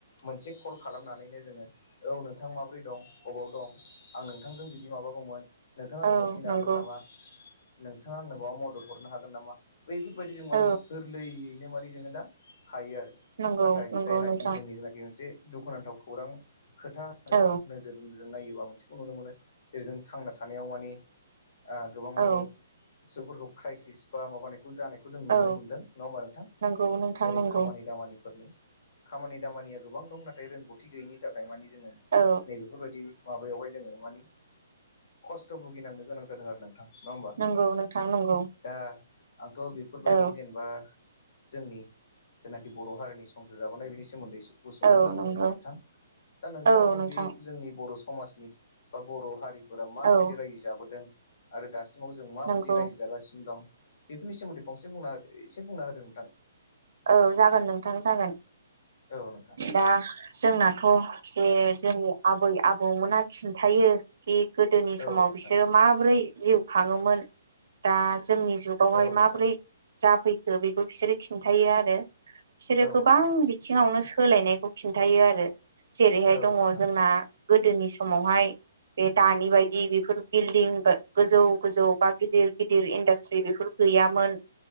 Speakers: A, on the left; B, on the right.
A: मोनसे कल खालामनानैनो जोङो औ नोंथां माब्रै दं? अबाव दं आं नोंथांजों बिदि माबागौमोन नोंथाङा
B: औ
A: जोंनाव फैनो
B: नंगौ
A: हागोन नामा? नोंथाङा आंनो माबा मदद हरनो हागोन नामा बैफोरबायदि जों
B: औ
A: माने गोरलैयैनो माने जोङो दा हायो आरो
B: नंगौ
A: नाथाय
B: नंगौ
A: जायनाखि
B: नोंथां
A: जोंनि जेनाखि मोनसे दुखुनांथाव खौरां खोथा होनोबा
B: औ
A: नोजोर जों नायोबा मोनसेखौ नुनो मोनो जेरै जों थांना थानायाव माने ओ गोबां
B: औ
A: माने सुबुंफोरखौ क्राइसिस बा माबानाय जानायखौ जों
B: औ
A: नुनो मोन्दों नङा होमबा नोंथां
B: नंगौ नोंथां
A: जेरै
B: नंगौ
A: खामानि दामानिफोरनि खामानि दामानिया गोबां दं नाथाय रोंगौथि गैयैनि थाखाय माने जोङो
B: औ
A: नैबेफोरबायदि माबायावहाय जोङो मानि खस्थ' भुगिनांनो गोनां जादों आरो नोंथां। नङा होमबा
B: नोंगौ नोंथां नंगौ।
A: दा आंथ' बेफोरबायदि
B: औ
A: जेनेबा जोंनि जेनाखि बर' हारिनि संसार जाबोनाय बेनि सोमोन्दै गुसुङैब्लाबो
B: औ नंगौ
A: बुंबाय नोंथां दा नोंथाङाबो
B: औ नोंथां
A: बे जोंनि बर' समाजनि बा बर' हारि फोरा माबायदि
B: औ
A: रायजो जाबोदों आरो दासिमाव जों माबायदि
B: नंगौ
A: रायजो जागासिनो दं। बेफोरनि सोमोन्दै फंसे बुंना हो एसे बुंना होदों नोंथां।
B: औ जागोन नोंथां जागोन
A: औ नोंथां
B: दा जोंनाथ' जे जोंनि आबै आबौमोना खिन्थायो बे गोदोनि समाव
A: औ नोंथां
B: बिसोरो माबोरै जिउ थाङोमोन दा जोंनि जुगावहाय
A: औ
B: माबोरै
A: नोंथां
B: जाफैखो बेबो बिसोरो खिन थायो आरो बिसोरो
A: औ
B: गोबां
A: नोंथां
B: बिथिङावनो सोलायनायखौ खिन्थायो आरो जेरैहाय
A: औ
B: दङ
A: नोंथां
B: जोंना गोदोनि समावहाय बे दानि बायदि बेफोर बिल्डिं गोजौ गोजौ बा गिदिर गिदिर इन्डास्ट्रि बेफोर गैयामोन